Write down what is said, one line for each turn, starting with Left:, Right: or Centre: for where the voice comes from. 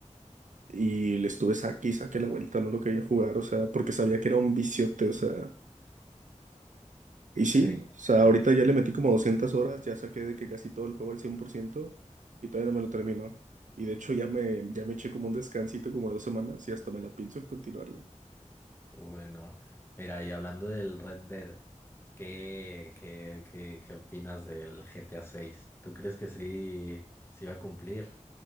Right: y le estuve saque y saque la vuelta, no lo quería jugar, o sea, porque sabía que era un viciote, o sea. Y sí,
Left: Sí,
Right: o sea,
Left: sí.
Right: ahorita ya le metí como 200 horas, ya saqué de que casi todo el juego al 100% y todavía no me lo termino. Y de hecho ya me, ya me eché como un descansito como de dos semanas y hasta me la pienso en continuarlo.
Left: Bueno, mira, y hablando del Red Dead, ¿qué, qué, qué, qué opinas del GTA 6? ¿Tú crees que sí, sí va a cumplir?